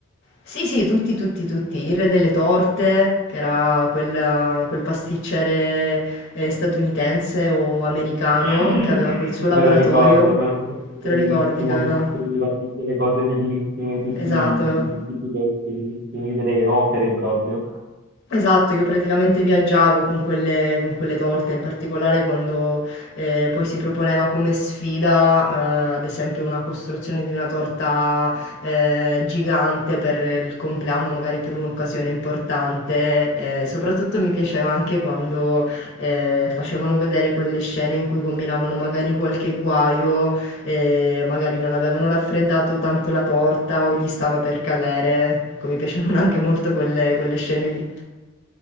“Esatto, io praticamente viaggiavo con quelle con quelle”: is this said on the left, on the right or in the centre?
Left